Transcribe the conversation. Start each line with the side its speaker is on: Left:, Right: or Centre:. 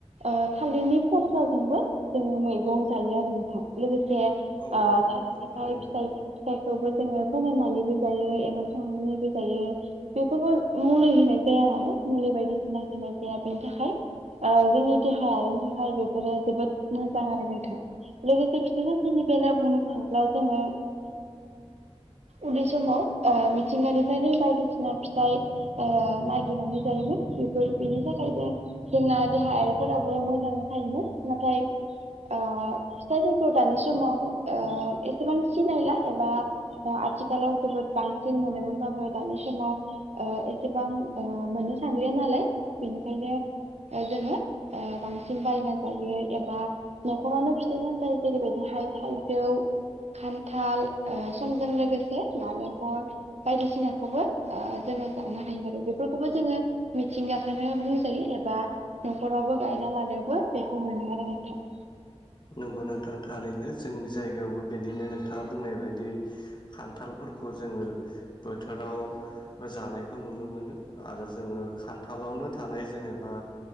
Right: ओ थालिरनि फस्लाजोंबो जोङो मैगं जायो आरो नोंथां लोगो से
Left: औ
Right: ओ
Left: नंगौ
Right: थालिरनिफ्राय
Left: नोंथां थारैनो
Right: फिथाइनि फिथाइखौबो जोङो फोमोननानैबो जायो एबा संनानैबो जायो बेफोरखौ मुलि होनाय जाया नालाय मुलि बायदिसिना होनाय जाया । बेनि थाखाय ओ जोंनि देहायारिनि थाखाय बेफोरो जोबोद मोजां आरो नोंथां । <unintelligible> फिथाइफोरनि बेलायाव बुंनो थाङो ब्ला जोङो उदै समाव ओ मिथिंगानिफ्रायनो बायदिसिना फिथाइ ओ नागिरनानै गायोमोन बेफोर बेनि थाखा फोरो जोंना देहायारिफोराबो मोजाङै थायोमोन नाथाय ओ फिथाइफोरखौ दानि समाव ओ एसेबां सिनायला एबा ओ आथिखालाव जोबोद बांसिन मोनोमोनबाबो दानि समाव ओ एसेबां ओ मोननो थांलिया नालाय बेनिखायनो ओ जोङो ओ बांसिन बायना जायो एबा न'खरावनो फिथाइ सामथाइ जेरैबायदि हाइ थाइजौ खान्थाल ओ समजों लोगोसे नालेंखर बायदिसिनाखौबो ओ जों जोंङो जानो हायो आरो बेफोरखौबो जोङो मिथिंगाखौनो बुंजायो एबा न'खरावबो गायना। लानायावबो बेखौ मोनो आरो नोंथां।
Left: नंगौ नोंथां थारैनो जोंनि जायगायावबो बिदिनो नोंथाङा बुंनाय बायदि खान्थालफोर । खौ जोङो बोथोराव जानायखौ नुनो मोनो आरो जोङो खान्थालाव। आवनो थानाय जेनेबा